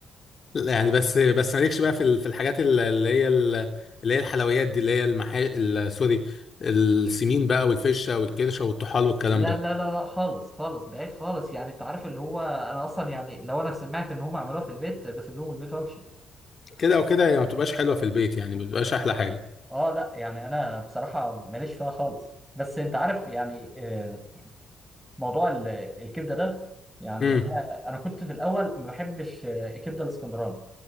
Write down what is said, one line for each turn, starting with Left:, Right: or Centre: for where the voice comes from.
Left: لا يعني بس بس مالكش بقى في ال- في الحاجات ال- اللي هي ال- اللي هي الحلويات دي اللي هي المحا ال- سوري السمين بقى والفشه والكرشه والطحال والكلام
Centre: لا
Left: ده
Centre: لا لا لا خالص خالص بعيد خالص يعني انت عارف اللي هو انا اصلا يعني لو انا سمعت ان هم عملوها في البيت بسيب لهم البيت وامشي
Left: كده او كده هي ما بتبقاش حلوه في البيت يعني ما بتبقاش احلى حاجه
Centre: اه لا يعني انا بصراحه ماليش فيها خالص بس انت عارف يعني آه، موضوع ال- الكبده ده يعني
Left: امم
Centre: انا انا كنت في الاول ما بحبش آه، الكبده الاسكندراني